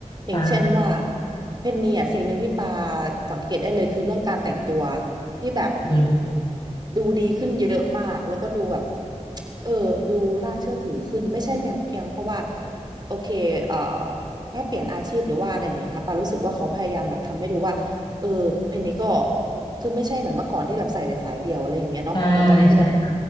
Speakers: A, on the right; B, on the left.
A: อย่างเช่นว่า
B: ใช่
A: เพนนีอะสิ่งหนึ่งที่ปาสังเกตได้เลยคือเรื่องการแต่งตัวที่แบบ
B: จริง
A: ดูดีขึ้นเยอะมากแล้วก็ดูแบบเออดูน่าเชื่อถือขึ้นไม่ใช่เพียงเพราะว่าโอเคเอ่อ ถ้าเปลี่ยนอาชีพหรือว่าอะไรอย่างเงี้ยค่ะปารู้สึกว่าเขาพยายามแบบทำให้ดูว่าเออเพนนี้ก็คือไม่ใช่เหมือนเมื่อก่อนที่แบบใส่แต่สายเดียวอะไรอย่างเงี้ยเนาะแต่ตอนนี้คือแบบ
B: ใช่ใช่